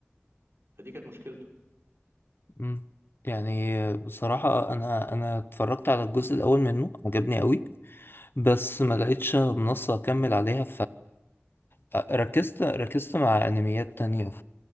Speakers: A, on the right; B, on the left.
A: فدي كانت مشكلته
B: مم. يعني بصراحة أنا أنا اتفرجت على الجزء الأول منه عجبني قوي بس
A: امم
B: ما لقيتش منصة أكمل عليها فركزت ركزت مع أنميات تانية